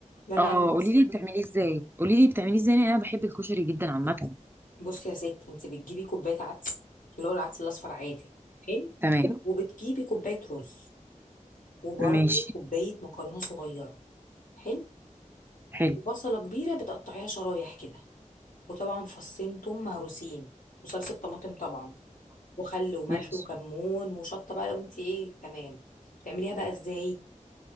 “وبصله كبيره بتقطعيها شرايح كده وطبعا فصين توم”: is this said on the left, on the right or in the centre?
Left